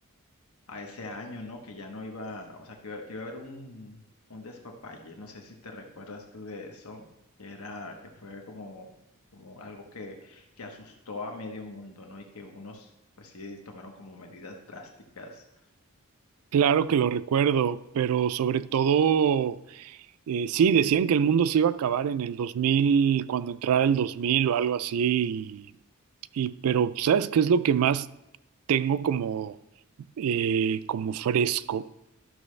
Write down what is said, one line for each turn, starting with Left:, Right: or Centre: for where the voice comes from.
Left: a ese año, ¿no? Que ya no iba, o sea, que, iba- que iba a haber un, un despapalle, no sé si te recuerdas tú de eso, que era, que fue como, como algo que, que asustó a medio mundo, ¿no? Y que unos, pues sí, tomaron como medidas drásticas.
Right: Claro que lo recuerdo, pero sobre todo, eh, sí, decían que el mundo se iba a acabar en el 2000 cuando entrara el 2000 o algo así, y, y- pero ¿sabes qué es lo que más tengo como, eh, como fresco?